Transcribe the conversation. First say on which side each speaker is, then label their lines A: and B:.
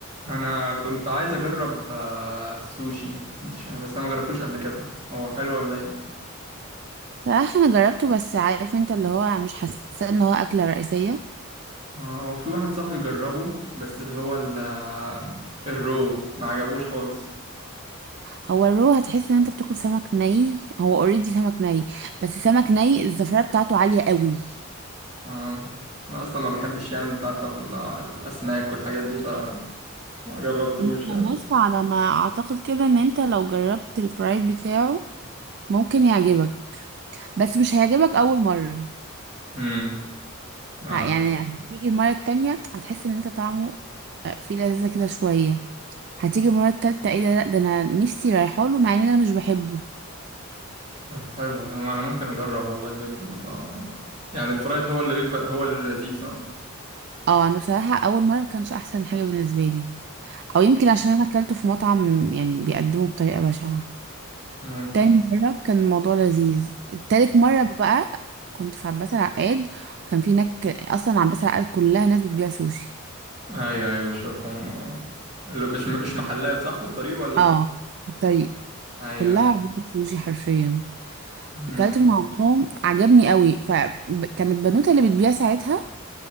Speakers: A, on the right (about 30°); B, on the right (about 50°).
A: انا كنت عايز اجرب آه، السوشي انت شا- بس انا ما جربتوش قبل كده هو حلو ولا ايه
B: صراحة انا جربته بس عارف انت اللي هو مش حاسة ان هو اكلة رئيسية
A: آه، هو في واحد صاحبي جربه بس اللي هو ال- آه، الرو ما عجبوش خالص
B: هو الرو هتحس ان انت بتاكل سمك ني هو اوريدي سمك ني بس سمك ني الزفرة بتاعته عالية قوي
A: آه، انا اصلا ما بحبش يعني انت عارفه ال- الاسماك والحاجات دي فما جربتوش
B: انت
A: يعني
B: بص على ما اعتقد كده ان انت لو جربت الفرايد بتاعه ممكن يعجبك بس مش هيعجبك اول مرة
A: امم آه،
B: ه- يعني هتيجي المرة التانية هتحس ان انت طعمه آه، فيه لذة كده شوية هتيجي المرة التالتة ايه ده لا ده انا نفسي رايحاله مع ان انا مش بحبه
A: طب حلو ما انا ممكن اجرب والله بجد ال- آه، يعني الفرايد هو اللي بيبقى هو اللذيذ صح
B: اه انا بصراحه اول مره ما كانش احسن حاجه بالنسبه لي او يمكن عشان انا اكلته في مطعم يعني بيقدمه بطريقه بشعه
A: ممكن
B: تاني مره كان الموضوع لذيذ تالت مره بقى كنت في عباس العقاد وكان في هناك اصلا عباس العقاد كلها ناس بتبيع سوشي
A: ايوه ايوه بشوفهم آه، لا، مش مش محلات صح في الطريق ولا
B: اه في الطريق
A: ايوه
B: كلها
A: ايوه
B: عربيات سوشي حرفيا
A: امم
B: اكلت من عندهم عجبني قوي فكانت بنوته اللي بتبيع ساعتها